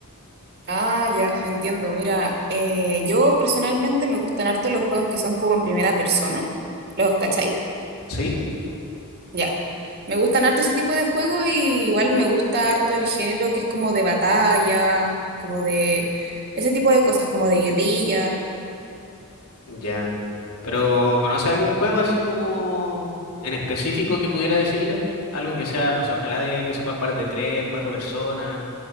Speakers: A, on the right; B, on the left.
A: Ah, ya, entiendo. Mira, eh, yo personalmente me gustan harto los juegos que son como en primera persona. ¿Los cachai?
B: ¿Sí?
A: Ya. Me gustan harto ese tipo de juegos y igual me gusta harto el género que es como de batalla, como de ese tipo de cosas, como de guerrilla.
B: Ya. Pero ¿conoce algún juego así como en específico que pudiera decirle? Algo que sea, no sé, ojalá de que se pueda jugar de tres, cuatro personas.